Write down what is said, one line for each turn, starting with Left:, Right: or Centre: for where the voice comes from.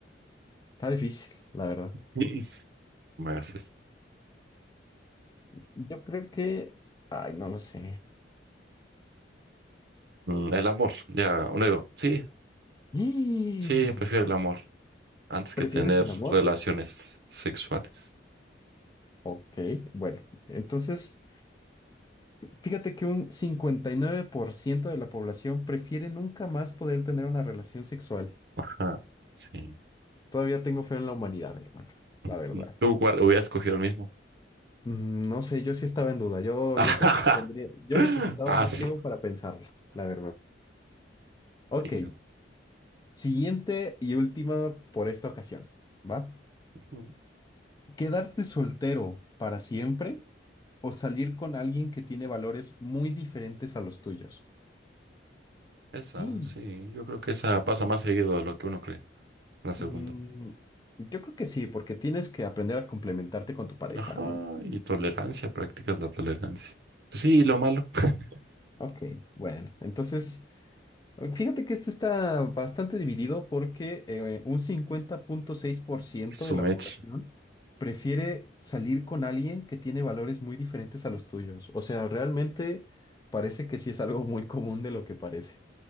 Left: Está difícil, la verdad.
Right: <laughs> No me hagas esto.
Left: Yo creo que... Ay, no lo sé.
Right: Mm, El amor. Ya, uno digo, sí,
Left: Mm.
Right: sí, prefiero el amor antes que
Left: ¿Prefieres
Right: tener
Left: el amor?
Right: relaciones sexuales.
Left: Ok, bueno, entonces fíjate que un 59% de la población prefiere nunca más poder tener una relación sexual.
Right: Ajá. Sí.
Left: Todavía tengo fe en la humanidad, hermano, la verdad.
Right: Sí. ¿Tú cuál? Hubiera escogido el mismo.
Left: Mm, No sé, yo sí estaba en duda. Yo,
Right: <laughs>
Left: yo creo que tendría, yo necesitaba
Right: Ah,
Left: más
Right: sí.
Left: tiempo para pensarlo, la verdad. Ok,
Right: Venga.
Left: Siguiente y última por esta ocasión, ¿va?
Right: Ujú.
Left: ¿Quedarte soltero para siempre o salir con alguien que tiene valores muy diferentes a los tuyos?
Right: Esa,
Left: sí
Right: sí, yo creo que esa pasa más seguido de lo que uno cree, la segunda.
Left: Mm, yo creo que sí, porque tienes que aprender a complementarte con tu pareja,
Right: Ajá,
Left: ¿no?
Right: y tolerancia, practicas la tolerancia. Pues Sí, lo malo. <laughs>
Left: Ok, bueno, entonces Fíjate que este está bastante dividido porque eh, un cincuenta punto seis por ciento
Right: Su
Left: de la
Right: mecha.
Left: población prefiere salir con alguien que tiene valores muy diferentes a los tuyos. O sea, realmente parece que sí es algo muy común de lo que parece.